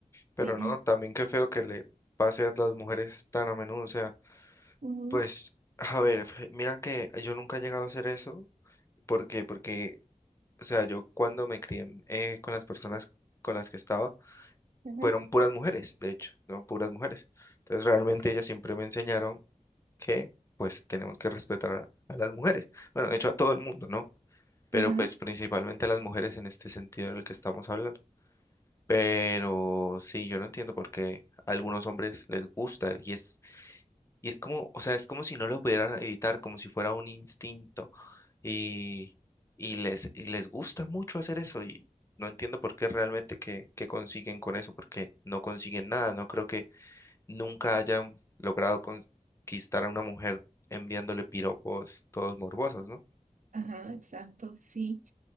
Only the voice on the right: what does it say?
Sí.
Mm,
Ajá,
ajá,
ajá, exacto, sí.